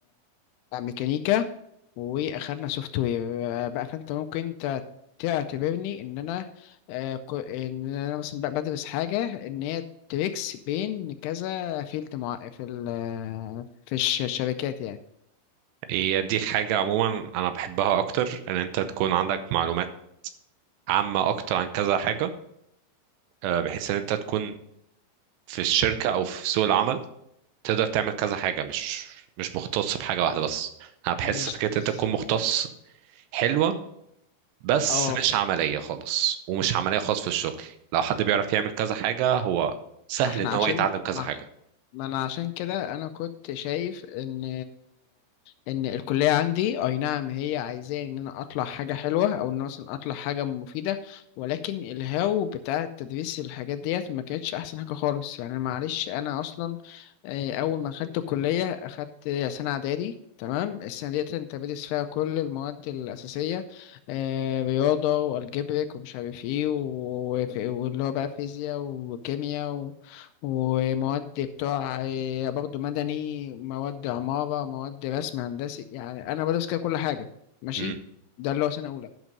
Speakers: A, on the left; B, on the right.
A: آه، ميكانيكا واخدنا سوفت وير بقى فانت ممكن ت- تعتبرني ان انا آه، ك- ان انا مثلا بقى بدرس حاجه ان هي تريكس بين كذا فيلد مع في ال في الش- الشركات يعني
B: هي دي حاجة عموما انا بحبها اكتر ان انت تكون عندك معلومات عامة اكتر عن كذا حاجة آه، بحيث ان انت تكون في الشركة او في سوق العمل تقدر تعمل كذا حاجة مش مش مختص بحاجة واحدة بس انا بحس
A: ماشي
B: فكرة ان
A: بس
B: انت تكون مختص حلوة بس
A: اه
B: مش عملية خالص ومش عملية خالص في الشغل لو حد بيعرف يعمل كذا حاجة هو سهل
A: ما احنا
B: ان
A: عشان
B: هو يتعلم كذا
A: ما
B: حاجة
A: ما انا عشان كده انا كنت شايف ان ان الكليه عندي اي نعم هي عايزاه ان انا اطلع حاجه حلوه او ان أنا مثلا اطلع حاجه مفيده ولكن الهاو بتاع تدريس الحاجات ديت ما كانتش احسن حاجه خالص يعني معلش انا اصلا آه، اول ما دخلت الكليه اخدت سنه اعدادي تمام السنة ديت انت بتدرس فيها كل المواد الأساسية آه، رياضة والجبرك ومش عارف ايه و- واللي هو بقى فيزياء وكيمياء ومواد بتوع آه، برضه مدني مواد عمارة مواد رسم هندسي يعني أنا بدرس كده كل حاجة ماشي
B: مم.
A: ده اللي هو سنة أولى